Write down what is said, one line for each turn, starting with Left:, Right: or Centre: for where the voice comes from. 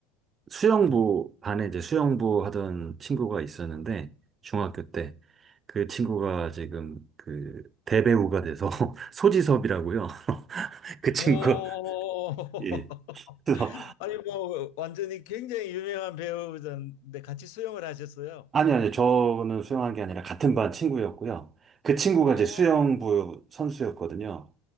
Right: 수영부 반에 이제 수영부 하던 친구가 있었는데 중학교 때
Left: 음.
Right: 그 친구가 지금 그 대배우가 돼서 <laughs> 소지섭이라고요. <laughs> 그 친구가
Left: 오, <laughs>
Right: 예. 그래서
Left: 아니 뭐 완전히 굉장히 유명한 배우자인데 같이 수영을 하셨어요.
Right: 아니 아니 저는 수영한 게 아니라 같은 반 친구였고요. 그 친구가
Left: 어,
Right: 이제 수영부 선수였거든요.